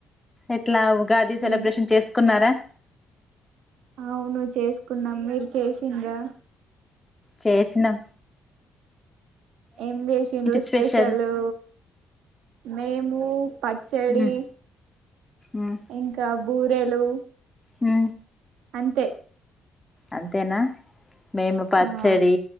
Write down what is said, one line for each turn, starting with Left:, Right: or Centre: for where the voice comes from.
Left: ఎట్లా ఉగాది అది సెలబ్రేషన్
Right: ఏం
Left: చేసుకున్నారా
Right: అవును చేసుకున్నాం మీరు చేసింరా
Left: చేసినా
Right: ఏం చేసిండ్రు స్పెషలు
Left: స్పెషల్
Right: మేము పచ్చడి
Left: మ్మ్ మ్మ్
Right: ఇంకా బూరెలు
Left: హ్
Right: అంతే
Left: అంతేనా మేము పచ్చడి
Right: ఆ